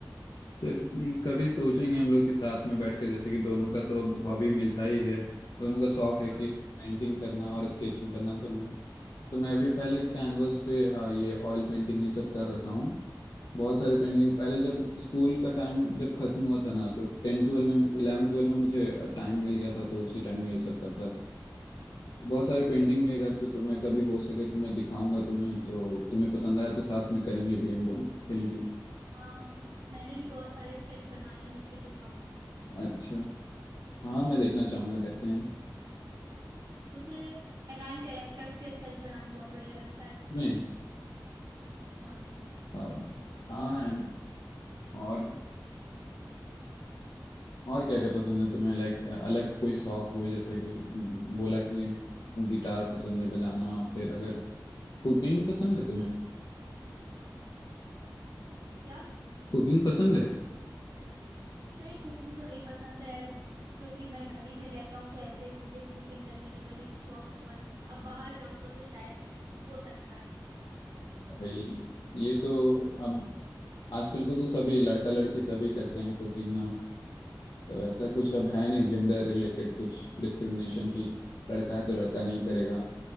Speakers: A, on the left; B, on the right.
A: फिर हम्म, कभी सोचेंगे हम लोग के साथ में बैठ के जैसे कि दोनों का तो अब हॉबी मिलता ही है दोनों का शौक है
B: हाँ
A: कि पेंटिंग करना और स्केचिंग करना तो मैं तो मैं भी पहले कैनवस पे आ, ये ऑयल पेंटिंग ये सब कर रखा हूँ बहुत सारे पेंटिंग पहले जब स्कूल का टाइम जब खत्म हुआ था ना तो टेन ट्वेल्व में इलेवन ट्वेल्व में मुझे टाइम मिल गया था तो उसी टाइम में ये सब करता था तो बहुत सारे पेंटिंग मेरे घर पे तो मैं कभी हो सके तो मैं दिखाऊंगा तुम्हें तो तुम्हें पसंद आया तो साथ में करेंगे भी हम लोग कहीं भी
B: हाँ मैंने भी बहुत सारे स्केच बनाए हैं मैं भी दिखाऊंगा
A: अच्छा हाँ मैं देखना चाहूंगा कैसे हैं
B: मुझे एनाइम कैरेक्टर्स के स्केच बनाना बहुत बढ़िया लगता है
A: मैं
B: हाँ
A: आ, हाँ and- और और क्या क्या पसंद है तुम्हें लाइक अलग कोई शौक हो जैसे कि हम्म, बोला कि गिटार पसंद है बजाना फिर अगर कुकिंग पसंद है तुम्हें
B: क्या
A: कुकिंग पसंद है
B: नहीं कुकिंग तो नहीं पसंद है ऐस- क्योंकि मैं घर ही में रहता हूँ तो ऐसे मुझे कुकिंग करने का कभी शौक हुआ नहीं अब बाहर जाऊंगा तो शायद हो सकता है
A: भाई ये तो अब आजकल को तो सभी लड़का लड़की सभी करते हैं कुकिंग ना तो ऐसा कुछ अब है नहीं जेंडर रिलेटेड कुछ डिस्क्रिमिनेशन की लड़का है तो लड़का नहीं करेगा